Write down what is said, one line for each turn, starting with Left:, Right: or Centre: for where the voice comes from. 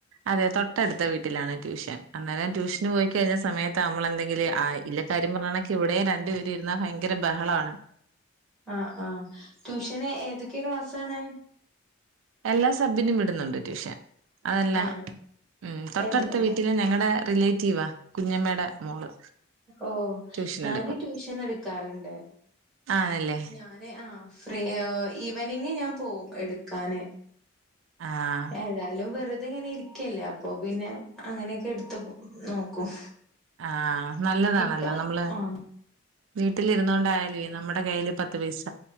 Right: അതെ തൊട്ടടുത്ത വീട്ടിലാണ് ട്യൂഷൻ അന്നേരം ട്യൂഷന് പോയി കഴിഞ്ഞ സമയത്താ നമ്മളെന്തെങ്കിലു ആഹ് ഇല്ലക്കാര്യ പറഞ്ഞകണക്കിന് ഇവിടെയും രണ്ട് ണ്ടിരുന്നാ ഭയങ്കര ബഹളാണ്
Centre: ആഹ് ആഹ് ട്യൂഷന് ഏതൊക്കെ ക്ലാസ് ആണ്
Right: എല്ലാ സബ്ബിനും വിടുന്നുണ്ട് ട്യൂഷൻ അതല്ല
Centre: ആണോ
Right: ഉം തൊട്ടടുത്ത
Centre: ഏത് ഉം
Right: വീട്ടിലെ ഞങ്ങടെ റിലേറ്റീവാ കുഞ്ഞമ്മേടെ മോള്
Centre: ഓഹ്
Right: ട്യൂഷൻ
Centre: ഞാന്
Right: എടുക്കും
Centre: ട്യൂഷൻ എടുക്കാറുണ്ട്
Right: ആണല്ലേ
Centre: ഞാൻ നെ ആ ഫ്രീ ഈവനിങ് ഞാൻ പോകും എടുക്കാന്
Right: ആഹ്
Centre: ഏതായാലും വെറുതെ ഇങ്ങനെ ഇരിക്ക് ക്കല്ലേ അപ്പൊ പിന്നെ അങ്ങനെയൊക്കെ എടുത്ത് നോക്കും
Right: ആഹ് നല്ലതാണല്ലോ
Centre: ഇപ്പൊ
Right: നമ്മള്
Centre: ആഹ്
Right: വീട്ടിലിരുന്നോണ്ടായാലുവേ നമ്മുടെ കയ്യിയില് പത്ത് പൈസ